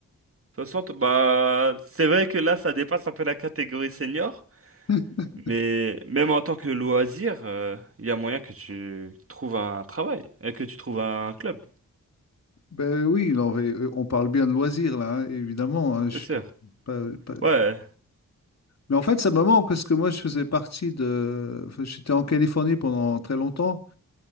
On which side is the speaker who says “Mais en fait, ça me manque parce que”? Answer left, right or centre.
Left